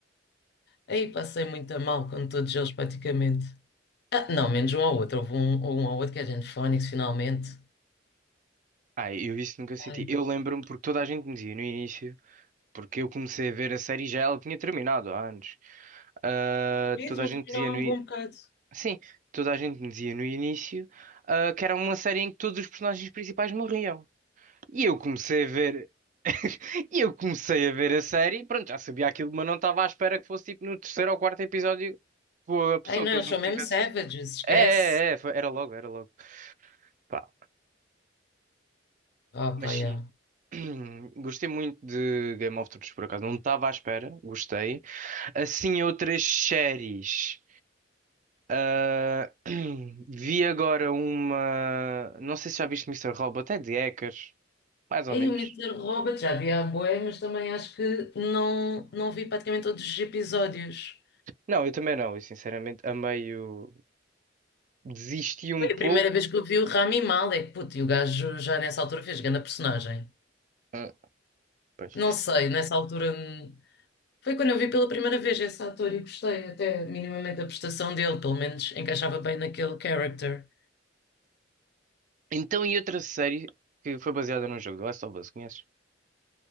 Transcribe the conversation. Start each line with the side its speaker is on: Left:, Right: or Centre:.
Left: Aí passei muito a mal com todos eles praticamente. Ah, não, menos um ao outro, houve um, um ao outro que é gente Phoenix finalmente.
Right: Ah, eu isso nunca senti.
Left: Ai,
Right: Eu lembro-me porque toda a gente me dizia no início, porque eu comecei a ver a série e já ela tinha terminado há anos. Ah,
Left: gente,
Right: toda
Left: já
Right: a gente
Left: terminou
Right: dizia
Left: há
Right: no
Left: um
Right: i-
Left: bom bocado.
Right: Sim, toda a gente me dizia no início, ah, que era uma série em que todos os personagens principais morriam. E eu comecei a ver, e eu comecei a ver a série, pronto, já sabia aquilo, mas não estava à espera que fosse tipo no terceiro ou quarto episódio com a pessoa
Left: Ai não,
Right: que
Left: eles
Right: eles não
Left: são
Right: tivessem.
Left: mesmo savages, esquece.
Right: É, é, é, foi- era logo, era logo. Pá,
Left: Ah,
Right: Mas
Left: pá,
Right: sim,
Left: yeah.
Right: <clears throat> gostei muito de Game of Thrones, por acaso. Não estava à espera, gostei. Assim, outras séries. Ah, <clears throat> vi agora uma. Não sei se já viste Mister Robot, é de hackers, mais ou
Left: Aí
Right: menos.
Left: o Mister Robot já vi há bué, mas também acho que não, não vi praticamente todos os episódios.
Right: Não, eu também não, eu sinceramente a meio desisti um
Left: Foi
Right: pouco.
Left: a primeira vez que eu vi o Rami Malek, puto, e o gajo já nessa altura fez grande personagem.
Right: Ah, pois.
Left: Não sei, nessa altura hum, foi quando eu vi pela primeira vez esse ator e gostei até minimamente da prestação dele, pelo menos encaixava bem naquele character.
Right: Então, e outra série que foi baseada num jogo, The Last of Us, conheces?